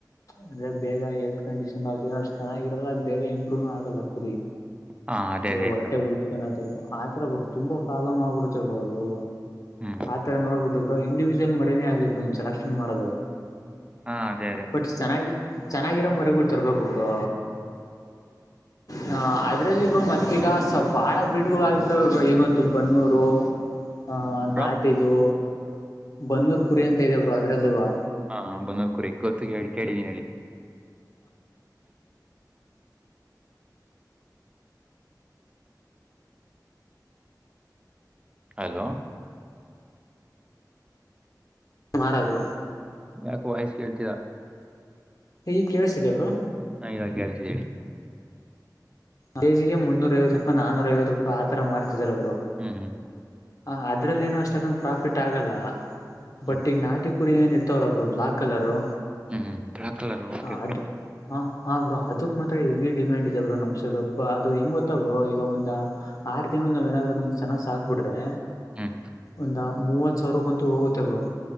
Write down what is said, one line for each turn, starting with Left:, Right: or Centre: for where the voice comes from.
Left: ಅಂದ್ರೆ ಬೇಗ ಹೆಲ್ತ್ ಕಂಡೀಷನ್ ಅವ ಚೆನಾಗಿರಲ್ಲ ಬೇ ಗುಣ ಆಗಲ್ಲ ಕುರಿ
Right: ಹಾ ಅದೇ
Left: ಅಂದ್ರೆ
Right: ಅದೇ
Left: ಹೊಟ್ಟೆ
Right: ಬ್ರೋ
Left: ಊದಕನದು ಆತರ ಬ್ರೋ ತುಂಬಾ ಪ್ರಾಬ್ಲಮ್ ಆಗ್ಬಿಡತೇ ಬ್ರೋ ಅದು
Right: ಹ್ಮ್
Left: ಆತರ ನೋಡ್ಬಿಟ್ಟು ಬ್ರೋ ಇಂಡಿವಿಜುವಲ್ ಮರೀನೇ ಆಗ್ಲಿ ಬ್ರೋ ನೀನ್ ಸೆಲೆಕ್ಷನ್ ಮಾಡೋದು
Right: ಹಾ ಅದೇ ಅದೇ
Left: ಬಟ್ ಚೆನ್ನಾಗಿ ಚೆನ್ನಾಗಿರೋ ಮರಿಗಳು ತರ್ಬೇಕೋ ಬ್ರೋ ಹ ಅದ್ರಲ್ಲಿಬ್ರು ಮತ್ತೀಗ ಬಾಳ ಬ್ರೀಡ್ ಆಗ್ಬಿಟ್ಟ ಈಗಂತ ಬನ್ನೂರು ಆಹ ನಾಟಿದು
Right: ಬ್ರೋ
Left: ಬನ್ನೂರ್ ಕುರಿ ಅಂತ ಇದವರು ಅದ್ರಲ್ಲವಾ
Right: ಹಾ ಬನ್ನೂರ್ ಕುರಿ ಗೊತ್ತು ಕೇಳಿ ಕೇಳಿದೀನ ಹೇಳಿ ಹಲೋ
Left: ಮಾರದು
Right: ಯಾಕೋ ವಾಯ್ಸ್ ಕೇಳ್ತಿಲಾ
Left: ಹೇಳಿದ ಕೇಳಿಸಿದೆ ಬ್ರೋ
Right: ಹಾ ಇವಾಗ ಕೇಳಸತಿದೇ ಹೇಳಿ
Left: ಕೆಜಿಗೆ ಮುನ್ನೂರ ಐವತ್ತು ರೂಪಾಯಿ ನಾನೂರ ಐವತ್ತು ರೂಪಾಯಿ ಆತರ ಮಾಡ್ತಿದಾರ ಅವರು
Right: ಹ್ಮ್ ಹ್ಮ್
Left: ಹ ಅದ್ರಲ್ಲಿ ಏನೋ ಅಷ್ಟ ಅಕಂದ ಪ್ರಾಫಿಟ್ ಆಗಲ್ಲ ಬಟ್
Right: ಹ್ಮ್
Left: ಈಗ ನಾಟಿ ಕುರಿ ಏನ್ ಇರ್ತವಲ್ಲ ಬ್ರೋ ಬ್ಲಾಕ್ ಕಲರು
Right: ಹ್ಮ್ ಬ್ಲಾಕ್ ಕಲರ್ <unintelligible>
Left: ಅದು
Right: ಗ
Left: ಹ ಹಾ ಬ್ರೋ ಅದಕ್ ಮಾತ್ರ ಹೆವಿ ಡಿಮ್ಯಾಂಡ್ ಇದೆ ಬ್ರು ನಮ್ಮ ಸೈಡ್ ಅದು ಹೆಂಗ್ ಗೊತ್ತ ಬ್ರು ಈಗ ಒಂದ್ ಆರು ತಿಂಗಳು ನಾವ್ ಏನಾದ್ರು ಅದ ಚೆನ್ನಾಗ್ ಸಾಕ್ಬಿಡ್ರೆ
Right: ಹ್ಮ್
Left: ಒಂದ ಮೂವತ್ ಸಾವಿರಕ್ಕಂತು ಹೋಗುತ್ತ ಬ್ರೋ